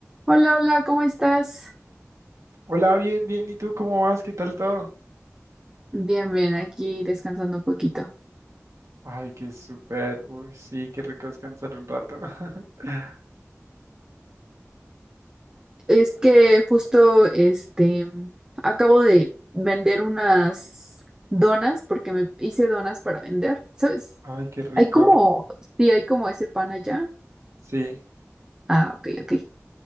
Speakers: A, on the right (about 15°); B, on the right (about 75°).
A: Hola, hola, ¿cómo estás?
B: Hola, bien, bien. ¿Y tú cómo vas? ¿Qué tal todo?
A: Bien, bien, aquí descansando un poquito.
B: Ay, qué súper. Uy, sí, qué rico descansar un rato. <laughs>
A: Es que justo, este, acabo de vender unas donas porque me hice donas para vender, ¿sabes?
B: Ay, qué rico.
A: Hay como, sí, hay como ese pan allá.
B: Sí,
A: Ah, ok, ok.